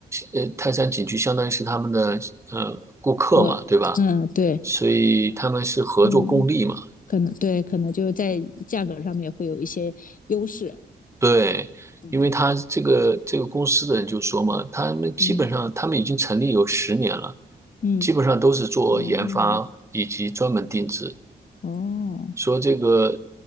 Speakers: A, on the right (about 15°); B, on the left (about 55°).
A: 呃，泰山景区相当于是他们的呃顾客嘛，
B: 和，
A: 对吧？
B: 嗯，对，
A: 所以他们是合作共利嘛，
B: 嗯，可能对，可能就是在价格上面会有一些优势。
A: 对，
B: 嗯
A: 因为他这个这个公司的人就说嘛，他们基本上他们已经成立有十年了，
B: 嗯嗯，
A: 基本上都是做研发以及专门定制。
B: 哦哦，
A: 说这个